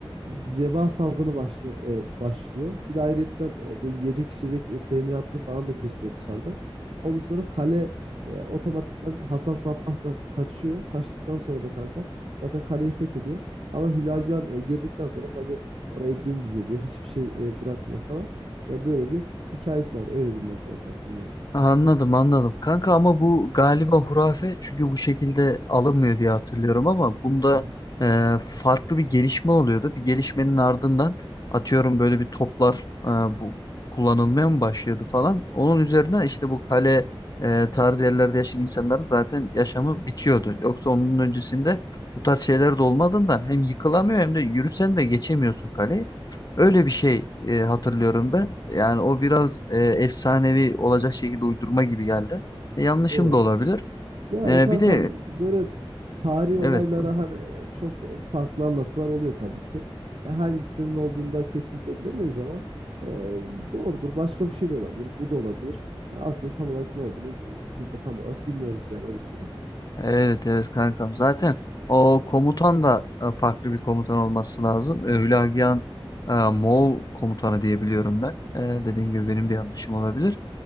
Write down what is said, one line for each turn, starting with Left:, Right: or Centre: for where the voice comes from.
Right: veba salgını başla, e, başlıyor. Bir de ayrıyetten e, böyle yiyecek içecek e, teminatını falan da kesiyor dışarıdan. Ondan sonra kale e, otomatikman Hasan Sabbah da kaçıyor. Kaçtıktan sonra da kanka zaten kaleyi fethediyor. Ama Hülagü Han e, girdikten sonra tabii Orayı dümdüz ediyor. Hiçbir şey e, bırakmıyor falan. Ya böyle bir hikayesi var. Öyle diyeyim ben sana kankam yani.
Left: Anladım anladım. Kanka ama bu galiba hurafe çünkü bu şekilde alınmıyor diye hatırlıyorum ama bunda
Right: Hı hı.
Left: e, farklı bir gelişme oluyordu. Bir gelişmenin ardından atıyorum böyle bir toplar e, bu kullanılmaya mı başlıyordu falan. Onun üzerine işte bu kale e, tarzı yerlerde yaşayan insanların zaten yaşamı bitiyordu. Yoksa onun öncesinde bu tarz şeyler de olmadığından hem yıkılamıyor hem de yürüsen de geçemiyorsun kaleyi. Öyle bir şey e, hatırlıyorum ben. Yani o biraz e, efsanevi olacak şekilde uydurma gibi geldi. E, yanlışım
Right: Doğru.
Left: da olabilir.
Right: Yani
Left: E,
Right: kankam
Left: bir de
Right: böyle tarihi
Left: e,
Right: olaylara
Left: evet bu.
Right: hani e, çok farklı anlatılar oluyor tabii ki. Ya hangisinin olduğunu da kesinlikle bilemeyiz ama e, doğrudur. Başka bir şey de olabilir. Bu da olabilir. Ya aslında tam olarak ne olduğunu biz de tam olarak bilmiyoruz yani öyle söyleyeyim.
Left: Evet evet kankam. Zaten o komutan da e, farklı bir komutan olması lazım. E, Hülagiya'nın e, Moğol komutanı diye biliyorum ben. E, dediğim gibi benim de yanlışım olabilir.